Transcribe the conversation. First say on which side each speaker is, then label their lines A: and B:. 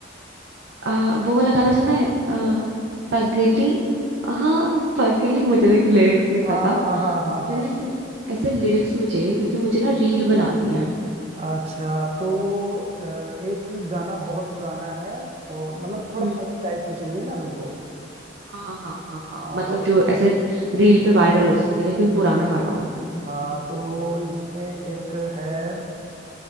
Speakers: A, on the right (about 80°); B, on the right (about 35°).
A: अ, वो वाला गाना सुना है अ, पगली हाँ पगली मुझे देख लिरिक्स नहीं
B: हाँ
A: पता
B: हाँ हाँ हाँ हाँ
A: मुझे
B: हाँ।
A: ना ऐसे ऐसे लिरिक्स में चाहिए क्योंकि मुझे ना रील बनानी है
B: अच्छा तो अ, एक गाना बहुत पुराना है और मतलब थोड़ा
A: हम्म
B: फनी टाइप में चाहिए ना तुमको
A: हाँ हाँ हाँ हाँ
B: हाँ
A: मतलब जो ऐसे रील पे वायरल हो सके लेकिन पुराना गाना हो
B: हाँ तो इसमें एक है अ,